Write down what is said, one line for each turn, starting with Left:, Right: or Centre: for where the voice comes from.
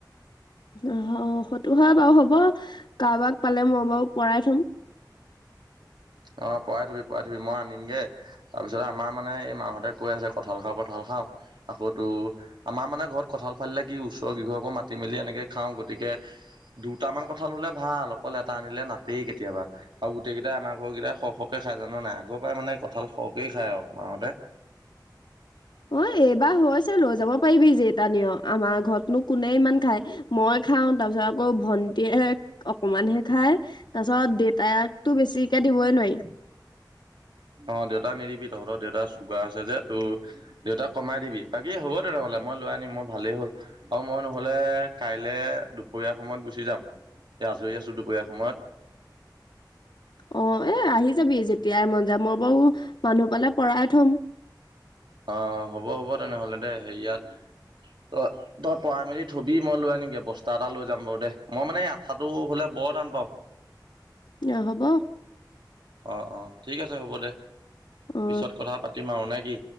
Left: অ', সেইটো হয় বাৰু, হ'ব কাৰোবাক পালে মই বাৰু পৰাই থম।
Right: অ', পৰাই থবি, পৰাই থবি, মই আনিমগে। তাৰপিছত আমাৰ মানে এই মাহঁতে কৈ আছে, কঁঠাল খাওঁ, কঁঠাল খাওঁ আকৌ তোৰ আমাৰ মানে ঘৰত কঁঠাল ফালিলে কি, ওচৰ কি ঘৰকো মাতি মেলি এনেকে খাওঁ, গতিকে দুটামান কঠাল হলে ভাল, অকল এটা আনিলে নাঠেই কেতিয়াবা, আৰু গোটেই কেইটাই আমাৰ ঘৰৰ কেইটা, সৰহ সৰহকে খাই, জানা নাই, আগৰ পৰাই মানে কঁঠাল সৰহকেইয খায় আৰু মাহঁতে।
Left: হৈছে, লৈ যাব পাৰিবি, যেইটা নিয়, আমাৰ ঘৰতনো কোনে ইমান খায়। মই খাওঁ, তাৰপিছত আকৌ ভন্টীয়ে, অকমানহে খাই। তাৰ পিছত, দেউতাকতো বেছিকে দিবইে নোৱাৰি।
Right: অ', দেউতাক নিদিবি, তহঁতৰ দেউতাৰ চুগাৰ আছে যে তোৰ, দেউতাক কমাই দিবি, বাকী হ'ব নহ'লে, মই লৈ আনিম, মই ভালেই হ'ল। আৰু মই নহ'লে কাইলে দুপৰীয়াৰ সময়ত গুচি যাম, এই আজৰি আছো দুপৰীয়াৰ সময়ত।
Left: অ', এ আহি যাবি, যেতিয়াই মন যায়, মই বাৰু মানুহ পালে পৰাই থম।
Right: অ', হ'ব, হ'ব তেনেহলে দে, হেৰি ইয়াত তই পৰাই মেলি থবি, মই লৈ আনিমগে বস্তা এটা লৈ যাম বাৰু দে, মই মানে এই আঠাটো হ'লে বৰ টান পাওঁ।
Left: অ', হ'ব।
Right: অঁ, অঁ, ঠিক আছে হ'ব দে,
Left: অ
Right: পিছত কথা পাতিম আৰু নে কি?